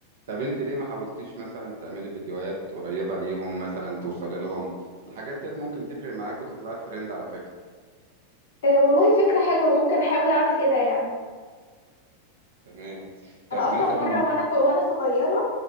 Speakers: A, on the right; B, on the left.
A: طب انت ليه ما حاولتيش مثلا تعملي فيديوهات قريبة ليهم مثلا توصلي لهم الحاجات ديت ممكن تفرق معاك وتطلعي ترند على فكرة
B: آه، والله فكرة حلوة ممكن احاول اعمل كده يعني
A: تمام طب
B: انا اصلا
A: مثلا
B: مرة وانا ك- وانا صغيرة